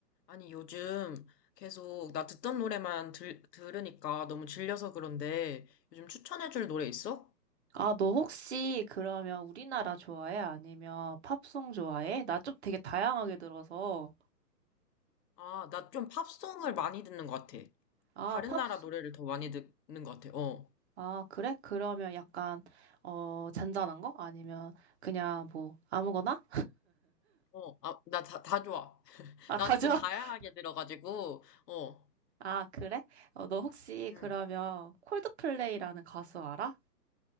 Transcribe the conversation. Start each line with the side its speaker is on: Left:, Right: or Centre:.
Left: 아니, 요즘 계속 나 듣던 노래만 들, 들으니까 너무 질려서 그런데 요즘 추천해줄 노래 있어?
Right: 아, 너 혹시 그러면 우리나라 좋아해? 아니면 팝송 좋아해? 나 좀 되게 다양하게 들어서.
Left: 아, 나 좀 팝송을 많이 듣는 것 같아.
Right: 아,
Left: 다른
Right: 팝송.
Left: 나라 노래를 더 많이 듣는 것 같아. 어.
Right: 아, 그래? 그러면 약간, 어, 잔잔한 거? 아니면 그냥 뭐, 아무거나?
Left: 어, 아, 나 다, 다 좋아. <laughs>
Right: 아,
Left: 나도
Right: 다죠?
Left: 좀 다양하게
Right: <laughs>
Left: 들어가지고, 어,
Right: 아, 그래? 어, 너 혹시
Left: 음,
Right: 그러면 콜드플레이라는 가수 알아?